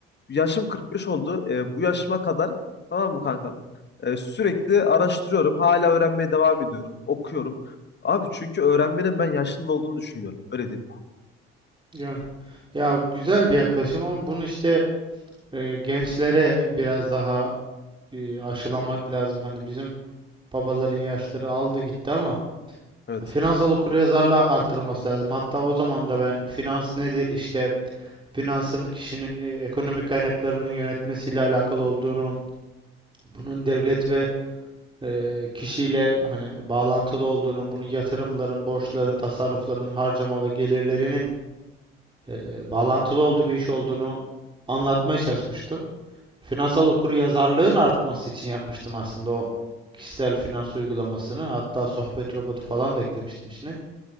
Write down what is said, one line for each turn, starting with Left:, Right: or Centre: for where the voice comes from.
Left: Yaşım 45 oldu. E, bu yaşıma kadar tamam mı kankam? E, sürekli araştırıyorum. Hala öğrenmeye devam ediyorum. Okuyorum. Abi çünkü öğrenmenin ben yaşının olduğunu düşünmüyorum. Öyle diyeyim.
Right: Yani, ya güzel bir yaklaşım ama bunu işte e, gençlere biraz daha e, aşılamak lazım. Hani bizim babaların yaşları aldı gitti ama
Left: Evet.
Right: Finansal okuryazarlığa artırılması lazım. Hatta o zaman da ben finans nedir işte finansın kişinin e, ekonomik kaynaklarının yönetmesiyle alakalı olduğunu, bunun devlet ve e, kişiyle hani bağlantılı olduğunu, bunu yatırımların, borçların, tasarrufların, harcama ve gelirlerinin e, bağlantılı olduğu bir iş olduğunu anlatmaya çalışmıştım. Finansal okuryazarlığın artması için yapmıştım aslında o kişisel finans uygulamasını. Hatta sohbet robotu falan da eklemiştim içine.